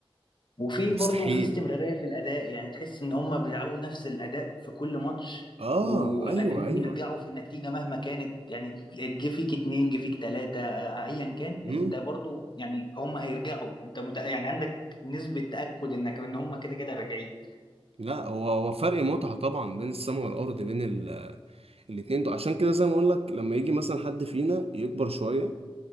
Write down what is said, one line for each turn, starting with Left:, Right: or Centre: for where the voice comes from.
Left: وفي
Right: مستحيل
Left: برضه في استمرارية في الأداء يعني تحس إن هما بيلعبوا نفس الأداء في كل ماتش
Right: اه
Left: وقادرين
Right: ايوه ايوه
Left: يرجعوا في النتيجة مهما كانت يعني جه فيك اتنين جه فيك تلاتة آه، أيا كان
Right: امم
Left: أنت برضه يعني هما هيرجعوا أنت مت... يعني عندك نسبة تأكد إنك إن هما كده كده راجعين
Right: لا هو هو فرق متعة طبعا بين السما والارض بين ال... الاتنين دول عشان كده زي ما اقول لك لما يجي مثلا حد فينا يكبر شوية